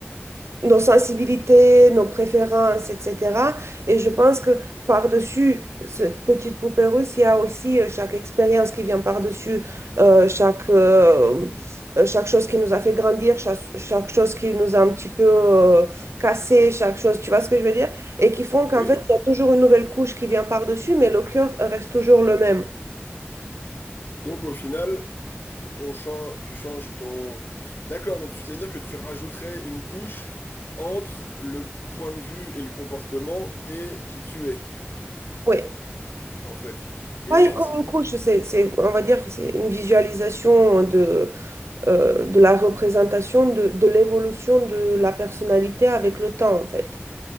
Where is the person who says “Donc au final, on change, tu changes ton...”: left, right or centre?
Left